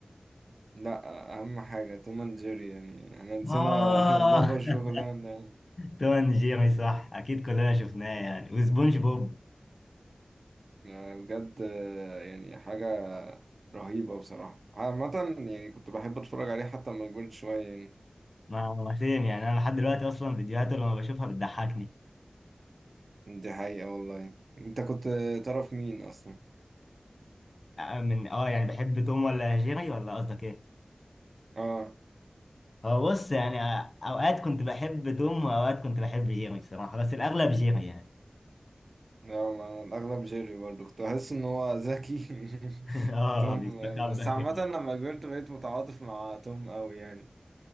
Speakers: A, on the right (about 75°); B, on the left (about 65°).
A: لا اهم حاجة توم اند جيري يعني احنا نسينا
B: آه
A: <laughs> بابا الشغلانة
B: <laughs> توم اند جيري صح اكيد كلنا شفناه يعني وسبونج بوب
A: يعني بجد يعني حاجة رهيبة بصراحة عامة يعني كنت بحب اتفرج عليه حتى لما كبرت شوية يعني
B: ما ما سيم يعني انا لحد دلوقتي اصلا فيديوهاته لما بشوفها بتضحكني
A: دي حقيقة والله انت كنت تعرف مين اصلا
B: آه، من اه يعني بحب توم ولا جيري ولا قصدك ايه
A: اه
B: هو بص يعني آه، اوقات كنت بحب توم واوقات كنت بحب جيري بصراحة بس الاغلب جيري يعني
A: لا ما الأغلب جيري برضه كنت بحس إن هو ذكي <laughs>
B: <laughs> اه
A: توم
B: بيستخبى
A: بس عامة
B: كده
A: لما كبرت بقيت متعاطف مع توم أوي يعني